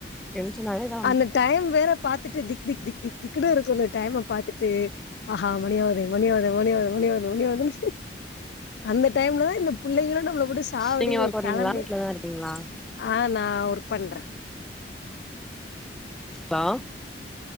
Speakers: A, in the centre; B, on the left.
A: டென்ஷனாவேதா
B: அந்த டைம் வேற பாத்துட்டு திக் திக் திக் திக் திக்ன்னு இருக்கு அந்த டைம பாத்துட்டு ஆஹா மணியாவ்து மணியாவ்து மணியாவ்து மணியாவ்து மணியாவ்துன் அந்த டைம்லதா இந்த புள்ளைங்களு நம்மள போட்டு சாவடிங்க
A: நீங்க ஒர்க் போறீங்களா
B: கெளம்பு
A: வீட்லதா இருக்கீங்களா
B: ஆ நா ஒர்க் பண்றே
A: பா